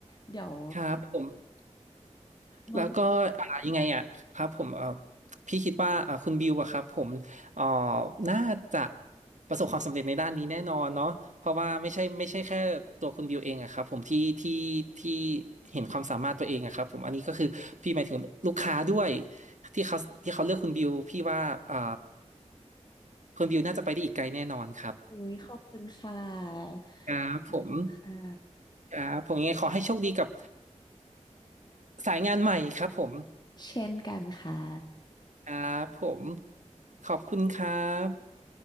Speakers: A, on the left; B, on the right.
A: เดี๋ยว
B: ครับผม
A: ไว้มา
B: แล้วก็อ่ายังไงอ่ะครับผมเอ่อพี่คิดว่าอ่าคุณบิวอะครับผมเอ่อน่าจะประสบความสำเร็จในด้านนี้แน่นอนเนาะเพราะว่าไม่ใช่ไม่ใช่แค่ตัวคุณบิวเองอะครับผมที่ที่ที่เห็นความสามารถตัวเองอะครับผมอันนี้ก็คือพี่หมายถึงลูกค้าด้วยที่เขาที่เขาเลือกคุณบิวพี่ว่าอ่าคุณบิวน่าจะไปได้อีกไกลแน่นอนครับ
A: คุยขอบคุณค่ะ
B: <laughs> ครับผม
A: ค่ะ
B: ครับผมยังไงขอให้โชคดีกับสายงานใหม่ครับผม
A: เช่นกันค่ะ
B: ครับผมขอบคุณครับ